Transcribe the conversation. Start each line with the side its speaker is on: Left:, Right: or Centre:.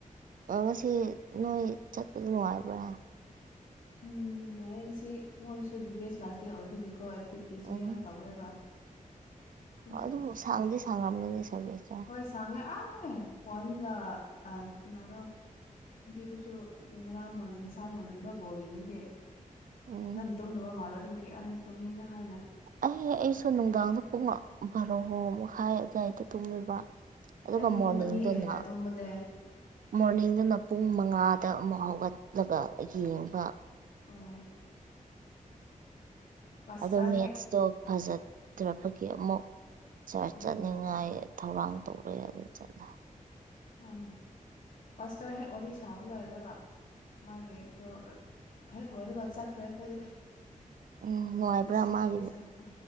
Right: ꯑꯗꯣ ꯉꯁꯤ ꯅꯣꯏ ꯆꯠꯄꯗ ꯅꯨꯡꯉꯥꯏꯕ꯭ꯔꯥ
Left: ꯎꯝ ꯅꯨꯡꯉꯥꯏꯌ‌ꯦ ꯉꯥꯁꯤ ꯃꯣꯏꯁꯨ ꯕꯤꯕꯤ ꯑꯦꯁ ꯂꯥꯁ ꯗꯦ ꯑꯣꯏꯕꯒꯤꯀꯣ ꯑꯦꯛꯇꯤꯚꯇꯤꯁꯨ
Right: ꯎꯝ
Left: ꯌꯥꯝ ꯇꯧꯋꯦꯕ ꯑꯗꯨꯒꯤ
Right: ꯑꯣ ꯑꯗꯨꯕꯨ ꯁꯥꯡꯗꯤ ꯁꯥꯡꯉꯝꯒꯅꯤ ꯁꯕꯖꯦꯛꯇꯣ
Left: ꯄꯩꯁꯥꯡꯉꯦ ꯑꯥꯔꯦ ꯋꯥꯟꯒ ꯑꯥ ꯀꯅꯥꯔꯣ ꯅꯨꯄꯤꯗꯨꯁꯨ ꯉꯥꯔꯥꯝ ꯃꯣꯔꯅꯤꯡ ꯉꯁꯥꯏ ꯃꯣꯔꯅꯤꯡꯗꯣ ꯕꯣꯜ ꯌꯦꯡꯕꯒꯤ
Right: ꯎꯝ
Left: ꯐꯖꯟ ꯇꯨꯝꯗꯕ ꯃꯥꯜꯂꯦ ꯑꯗꯨꯒꯤ ꯑꯏ ꯇꯧꯅꯤꯡꯉꯦ ꯍꯥꯏꯅ
Right: ꯑꯩ ꯑꯩꯁꯨ ꯅꯨꯡꯗꯥꯡꯗ ꯄꯨꯡ ꯕꯥꯔꯣꯍ ꯃꯈꯥꯏ ꯑꯗꯨꯋꯥꯏꯗ ꯇꯨꯝꯃꯨꯕ ꯑꯗꯨꯒ
Left: ꯑꯩꯗꯤ
Right: ꯃꯣꯔꯅꯤꯡꯗꯨꯅ
Left: ꯄꯨꯡ ꯑꯅꯤ ꯍꯦꯟꯅ ꯇꯨꯝꯕꯅꯦ
Right: ꯃꯣꯔꯅꯤꯡꯗꯅ ꯄꯨꯡ ꯃꯉꯥꯗ ꯑꯃꯨꯛ ꯍꯧꯒꯠꯂꯒ ꯌꯦꯡꯕ
Left: ꯑꯣ ꯄꯥꯁꯇꯔ
Right: ꯑꯗꯣ ꯃꯦꯠꯁꯇꯣ
Left: ꯍꯦꯛ
Right: ꯐꯖꯗ꯭ꯔꯕꯒꯤ ꯑꯃꯨꯛ ꯁꯥꯔ
Left: ꯎꯝ
Right: ꯆꯠꯅꯤꯡꯉꯥꯏ ꯊꯧꯔꯥꯡ ꯇꯧꯔꯦ ꯑꯗꯨ ꯆꯠꯂ
Left: ꯎꯝ ꯄꯁꯇꯔ ꯍꯦꯛ ꯋꯥꯔꯤ ꯁꯥꯕ ꯂꯣꯏꯔꯒ ꯃꯥꯒꯤꯗꯣ ꯍꯦꯛ ꯂꯣꯏꯔꯒ ꯆꯠꯈ꯭ꯔꯦ ꯑꯩꯈꯣꯏꯗꯤ
Right: ꯎꯝ ꯅꯨꯡꯉꯥꯏꯕ꯭ꯔꯥ
Left: ꯏꯁꯩꯁꯨ
Right: ꯃꯥꯒꯤ
Left: ꯁꯛꯇ